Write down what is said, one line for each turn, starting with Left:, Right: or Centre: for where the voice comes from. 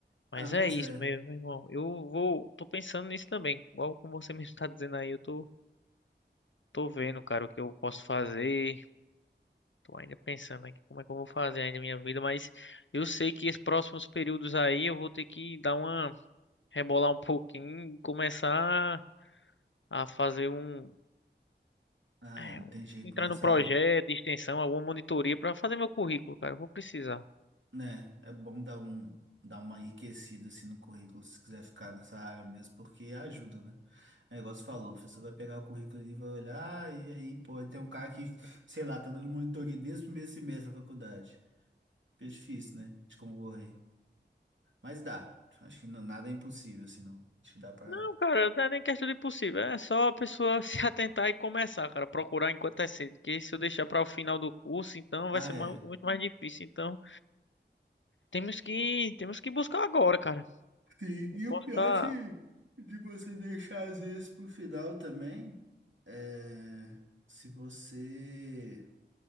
Left: Mas
Right: Ah, pois
Left: é isso
Right: é.
Left: mesmo, meu irmão. Eu vou, tô pensando nisso também. Igual como você <laughs> mesmo tá dizendo aí, eu tô, tô vendo, cara, o que eu posso fazer. Tô ainda pensando aqui como é que eu vou fazer ainda a minha vida, mas eu sei que esses próximos períodos aí eu vou ter que dar uma rebolar um pouquinho, começar a fazer um
Right: Ah,
Left: é,
Right: é, não tem jeito
Left: entrar
Right: não. Essa,
Left: num projeto de extensão, alguma monitoria para fazer meu currículo, cara. Eu vou precisar.
Right: né, é bom dar um, dar uma enriquecida assim no currículo, se quiser ficar nessa área mesmo, porque ajuda, né? É igual você falou, o professor vai pegar o currículo e vai olhar, ah, e aí, pô, tem um cara que, sei lá, tá dando monitoria desde o primeiro semestre da faculdade. Fica difícil, né, de concorrer. Mas dá. Acho que não, nada é impossível, assim, não. Acho que dá pra...
Left: Não, cara, não é nem questão de possível. É só a pessoa <laughs> se atentar e começar, cara. Procurar enquanto é cedo. Porque se eu deixar para o final do curso, então vai
Right: Ah,
Left: ser
Right: é.
Left: mu- muito mais difícil. Então, temos que, temos que buscar agora, cara.
Right: Sim,
Left: Não
Right: e
Left: posso
Right: o pior
Left: estar.
Right: de, de você deixar às vezes pro final também é se você,